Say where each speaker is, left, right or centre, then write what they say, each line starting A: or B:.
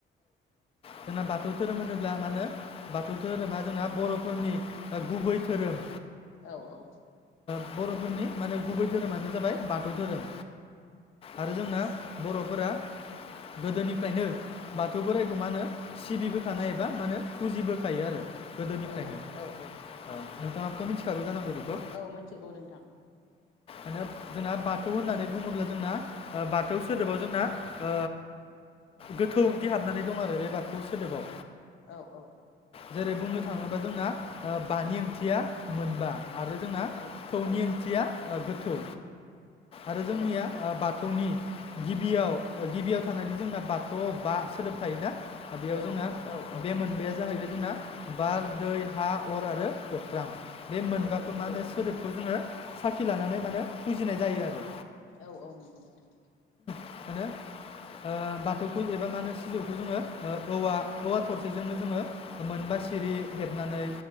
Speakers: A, on the left (about 30°); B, on the left (about 85°).
A: जोंना बाथौ धोरोम होनोब ब्ला मा होनो बाथौ धोरोमा जोंना बरफोरनि गुबै धोरोम।
B: औ औ।
A: बर'फोरनि माने गुबै धोरोमानो जाबाय बाथौ धोरोम। आरो जोंना बर' फोरा गोदोनिफ्रायनो बाथौ बोराइखौ मा होनो सिबिबोखानाय एबा मानो फुजिबोखायो आरो गोदोनिफ्रायनो
B: औ औ
A: ओ
B: औ औ
A: नोंथाङाबोथ मिथिखागौ जानांगौ बेखौ?
B: औ मिथिगौ नोंथां
A: आरो जोंना बाथौ होननानै बुङोब्ला जोंना ओ बाथौ सोदोबाव जोंना ओ गोथौ ओंथि हाबनानै दं आरो बे बाथौ सोदोबाव।
B: औ औ
A: जेरै बुंनो थाङोबा जोंना ओ बानि ओंथिया मोनबा आरो जोंना
B: औ
A: थौनि ओंथिया ओ गोथौ आरो जोंनिया ओ बाथौनि गिबियाव गिबियाव थानायनि जोंना बाथौआव बा सोदोब थायोना बेयाव
B: औ
A: जोंना बे मोनबाया जाहैबाय जोंना बार, दै, हा, अर आरो अख्रां। बे मोनबाखौ
B: औ औ नंगौ
A: मा होनो सोदोबखौ जोङो साखि लानानै मानो फुजिनाय जायो आरो
B: औ औ नंगौ नोंथां।
A: आरो ओ बाथौखौ एबा मा होनो सिजौखौ जोङो ओ औवा औवा थरसेजोंनो जोङो मोनबा सिरि हेब नानै